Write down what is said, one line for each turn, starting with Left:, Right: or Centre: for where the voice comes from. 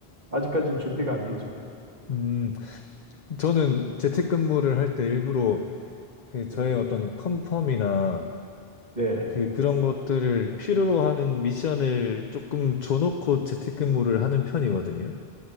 Right: 아직까지는 준비가 안 돼 있습니다.
Left: 음, 저는 재택근무를 할 때 일부러 그
Right: 네.
Left: 저의 어떤 컨펌이나
Right: 네.
Left: 그 그런 것들을 필요로 하는 미션을 조금 줘놓고 재택근무를 하는 편이거든요.